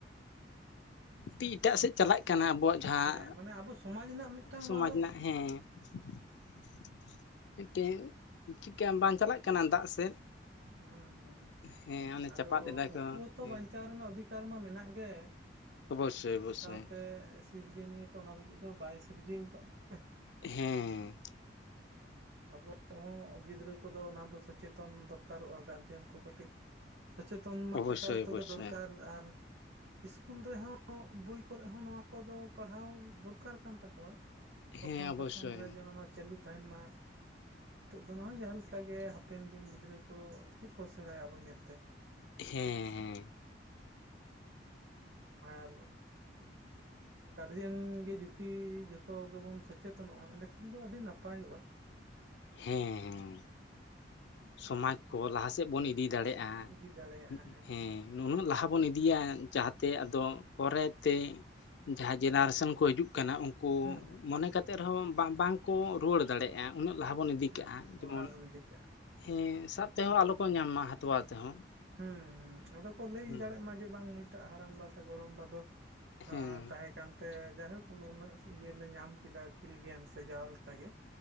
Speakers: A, on the left; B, on the right.
A: ᱛᱤ ᱮᱴᱟᱜ ᱥᱮᱡ ᱪᱟᱞᱟᱜ ᱠᱟᱱᱟ, ᱟᱵᱚᱣᱟᱜ ᱡᱟᱦᱟᱸ
B: ᱦᱮᱸ ᱢᱟᱱᱮ ᱟᱵᱚ ᱥᱚᱢᱟᱡᱽ ᱨᱮᱱᱟᱜ ᱢᱤᱫᱴᱟᱝ
A: ᱥᱚᱢᱟᱡᱽ
B: ᱱᱚᱣᱟ ᱫᱚ
A: ᱨᱮᱱᱟᱜ ᱦᱮᱸ ᱛᱮᱦᱮᱧ ᱪᱮᱫᱠᱟ ᱵᱟᱝ ᱪᱟᱞᱟᱜ ᱠᱟᱱᱟ ᱫᱟᱜ ᱥᱮᱫ
B: ᱦᱩᱸ ᱦᱩᱸ
A: ᱦᱮᱸ ᱚᱱᱮ
B: ᱟᱫᱚ
A: ᱪᱟᱯᱟᱫ ᱮᱫᱟ
B: ᱩᱱᱠᱩ
A: ᱠᱚ
B: ᱦᱚᱸᱛᱚ
A: ᱦᱮᱸ
B: ᱵᱟᱧᱪᱟᱣ ᱨᱮᱱᱟᱜ ᱚᱫᱷᱤᱠᱟᱨ ᱠᱟᱨ ᱢᱟ ᱢᱮᱱᱟᱜ ᱜᱮ
A: ᱚᱵᱚᱥᱥᱳᱭ ᱚᱵᱚᱥᱥᱳᱭ
B: ᱥᱟᱶᱛᱮ ᱥᱤᱨᱡᱟᱹ ᱱᱤᱭᱟᱹ ᱛᱚ, ᱚᱱᱟ ᱞᱟᱹᱜᱤᱫ ᱫᱚ ᱵᱟᱭ ᱥᱤᱨᱡᱟᱹᱣ ᱟᱠᱟᱫ ᱵᱚᱱᱟ᱾
A: ᱦᱮᱸ᱾
B: ᱦᱮᱸ ᱟᱨ ᱟᱵᱚ ᱦᱚᱸ ᱜᱤᱫᱽᱨᱟᱹ ᱠᱚᱫᱚ ᱚᱱᱟ ᱫᱚ ᱥᱚᱪᱮᱛᱚᱱ ᱫᱚᱨᱠᱟᱨᱚᱜᱼᱟ᱾ ᱜᱟᱨᱡᱮᱱ ᱠᱚ ᱠᱟᱹᱴᱤᱡ, ᱥᱚᱪᱮᱛᱚᱱ ᱢᱟ
A: ᱚᱵᱚᱥᱥᱳᱭ
B: ᱮᱠᱟᱞ ᱛᱮᱜᱮ
A: ᱚᱵᱚᱥᱥᱳᱭ
B: ᱫᱚᱨᱠᱟᱨ ᱟᱨ ᱤᱥᱠᱩᱞ ᱨᱮᱦᱚᱸ ᱵᱳᱭ ᱠᱚᱨᱮ ᱦᱚᱸ ᱱᱚᱣᱟ ᱠᱚᱫᱚ ᱯᱟᱲᱦᱟᱣ ᱫᱚᱨᱠᱟᱨ ᱠᱟᱱ ᱛᱟᱠᱚᱣᱟ᱾ ᱯᱚᱴᱷᱚᱱ
A: ᱦᱮᱸ ᱚᱵᱚᱥᱥᱳᱭ
B: ᱯᱟᱴᱷᱚᱱ ᱨᱮ ᱡᱮᱱᱚ ᱪᱟᱹᱞᱩ ᱛᱟᱦᱮᱱ ᱢᱟ᱾ ᱟᱨ ᱱᱤᱛᱚᱜ ᱫᱚ ᱱᱟᱭ ᱡᱟᱦᱟᱸ ᱞᱮᱠᱟ ᱜᱮ, ᱦᱟᱯᱮᱱ ᱫᱤᱱ ᱜᱤᱫᱽᱨᱟᱹ ᱠᱚ ᱪᱮᱫ ᱠᱚ ᱥᱮᱬᱟᱭᱟ ᱟᱵᱚ ᱧᱮᱞᱛᱮ?
A: ᱦᱮᱸ ᱦᱮᱸ᱾
B: ᱟᱨ ᱜᱟᱨᱡᱮᱱ ᱜᱮ ᱡᱩᱫᱤ ᱡᱚᱛᱚ ᱜᱮᱵᱚᱱ ᱥᱚᱪᱮᱛᱚᱱᱚᱜᱼᱟ᱾ ᱮᱸᱰᱮᱠᱷᱟᱱ ᱫᱚ ᱟᱹᱰᱤ ᱱᱟᱯᱟᱭᱚᱜᱼᱟ᱾
A: ᱦᱮᱸ ᱦᱮᱸ ᱥᱚᱢᱟᱡᱽ ᱠᱚ ᱞᱟᱦᱟ ᱥᱮᱫ ᱵᱚᱱ ᱤᱫᱤ ᱫᱟᱲᱮᱭᱟᱜᱼᱟ᱾ ᱟ-ᱦᱮᱸ
B: ᱤᱫᱤ ᱫᱟᱲᱮᱭᱟᱜᱼᱟ ᱦᱮᱸ
A: ᱱᱩᱱᱟᱹᱜ ᱞᱟᱦᱟ ᱵᱚᱱ ᱤᱫᱤᱭᱟ ᱡᱟᱦᱟᱸᱛᱮ, ᱟᱫᱚ ᱯᱚᱨᱮᱛᱮ ᱡᱟᱦᱟᱸ ᱡᱮᱱᱟᱨᱮᱥᱮᱱ ᱠᱚ ᱦᱤᱡᱩᱜ ᱠᱟᱱᱟ, ᱩᱱᱠᱩ
B: ᱦᱩᱸ ᱦᱩᱸ
A: ᱢᱚᱱᱮ ᱠᱟᱛᱮ ᱨᱮᱦᱚᱸ ᱵᱟᱝ ᱠᱚ ᱨᱩᱣᱟᱹᱲ ᱫᱟᱲᱮᱭᱟᱜᱼᱟ᱾ ᱩᱱᱟᱹᱜ ᱞᱟᱦᱟ ᱵᱚᱱ
B: ᱦᱮᱸ
A: ᱤᱫᱤ
B: ᱦᱮᱸ
A: ᱠᱟᱜᱼᱟ,
B: ᱦᱮᱸ
A: ᱡᱮᱢᱚᱱ
B: ᱞᱟᱦᱟ ᱵᱚᱱ ᱤᱫᱤ ᱠᱟᱜᱼᱟ
A: ᱦᱮᱸ ᱥᱟᱵ ᱛᱮᱦᱚᱸ ᱟᱞᱚ ᱠᱚ ᱧᱟᱢ ᱢᱟ ᱦᱟᱛᱣᱟ ᱛᱮᱦᱚᱸ
B: ᱦᱩᱸ ᱦᱩᱸ ᱟᱫᱚ ᱠᱚ ᱞᱟᱹᱭ
A: ᱦᱮᱸ
B: ᱫᱟᱲᱮᱭᱟᱜ ᱢᱟ ᱡᱮ ᱵᱟᱝ ᱱᱩᱭᱴᱟᱜ ᱦᱟᱲᱟᱢᱵᱟ ᱥᱮ ᱜᱚᱲᱚᱢᱵᱟ ᱫᱚ
A: ᱦᱮᱸ
B: ᱟᱨ ᱛᱟᱦᱮᱸ ᱠᱟᱱ ᱛᱮ ᱡᱟᱭᱦᱳᱠ ᱩᱱᱟᱹᱜ ᱤᱭᱟᱹ ᱞᱮ ᱧᱟᱢ ᱠᱮᱫᱟ, ᱟᱹᱠᱤᱞ ᱜᱮᱭᱟᱱ ᱥᱮ ᱡᱟᱦᱟᱸ ᱞᱮᱠᱟ ᱜᱮ